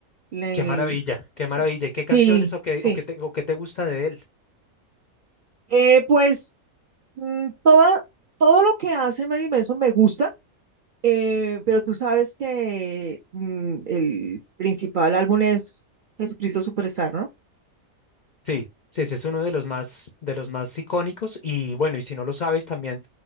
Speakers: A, on the right; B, on the left.
A: Le-
B: Qué maravilla, qué maravilla. ¿Y qué canciones
A: Sí,
B: o qué,
A: sí.
B: o qué te, o qué te gusta de él?
A: Eh, pues. Mm, toda- todo lo que hace Mary Manson me gusta, eh, pero tú sabes que mm, el principal álbum es Jesucristo Superstar, ¿no?
B: Sí, sí, ese es uno de los más, de los más icónicos. Y bueno, y si no lo sabes, también